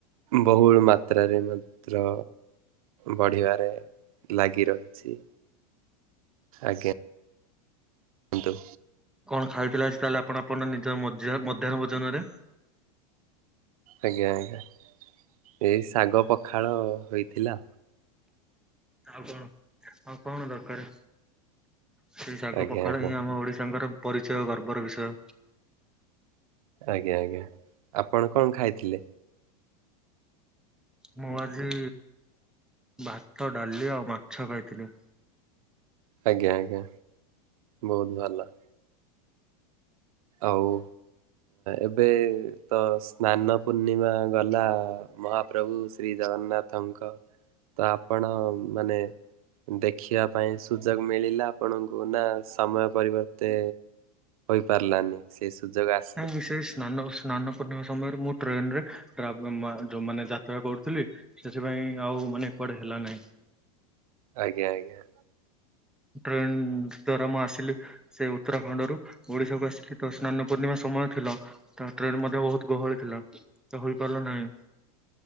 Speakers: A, on the right; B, in the centre.
A: ବହୁଳୁ ମାତ୍ରାରେ ମତ୍ର ବଢିବାରେ ଲାଗି ରହିଛି। ଆଜ୍ଞା। କିନ୍ତୁ
B: କଣ ଖାଇଥିଲେ ଆଜି ତାହେଲେ ଆପଣ ଆପଣଙ୍କ ନିଜ ମଧ୍ୟା ମଧ୍ୟାହ୍ନ ଭୋଜନରେ?
A: ଆଜ୍ଞା ଆଜ୍ଞା। ଏଇ ଶାଗ ପଖାଳ ହୋଇଥିଲା।
B: ଆଉ କଣ, ଆଉ କଣ ଦରକାର? ସେଇ ଶାଗ
A: ଆଜ୍ଞା
B: ପଖାଳ
A: ଆଜ୍ଞା
B: ହିଁ ଆମ ଓଡିଶାଙ୍କର ପରିଚୟ, ଗର୍ବର ବିଷୟ।
A: ଆଜ୍ଞା ଆଜ୍ଞା। ଆପଣ କଣ ଖାଇଥିଲେ?
B: ମୁଁ ଆଜି ଭାତ, ଡାଲି ଆଉ ମାଛ ଖାଇଥିଲି।
A: ଆଜ୍ଞା, ଆଜ୍ଞା। ବହୁତ ଭଲ। ଆଉ ଏବେ ତ ସ୍ନାନ ପୂର୍ଣ୍ଣିମା ଗଲା ମହା ପ୍ରଭୁ ଶ୍ରୀ ଜଗନ୍ନାଥଙ୍କ। ତ ଆପଣ ମାନେ ଦେଖିବା ପାଇଁ ସୁଯୋଗ ମିଳିଲା ଆପଣଙ୍କୁ ନା ସମୟ ପରିବର୍ତ୍ତେ ପାରିିଲାନି। ସେ ସୁଯୋଗ ଆସ
B: କାହଁକି ସେଇ ସ୍ନାନକୁ ସ୍ନାନ ପୂ ପୂର୍ଣ୍ଣିମା ସମୟରେ ମୁଁ ଟ୍ରେନରେ ଆ ଯୋଉ ମାନେ ଯାତ୍ରା କରୁଥିଲି। ସେଥିପାଇଁ ଆଉ ମାନେ କୁଆଡେ ହେଲା ନାହିଁ।
A: ଆଜ୍ଞା, ଆଜ୍ଞା।
B: ଟ୍ରେନ ଦ୍ୱାରା ମୁ ଆସିଲି। ସେ ଉତ୍ତରାଖଣ୍ଡରୁୁ ଓଡିଶାକୁ ଆସିଲି ତ ସ୍ନାନ ପୂର୍ଣ୍ଣିମା ସମୟ ଥିଲା। ତ ଟ୍ରେନ ମଧ୍ୟ ବହୁତ ଗହଳି ଥିଲା ତ ହୋଇପାରିଲା ନାହିଁ।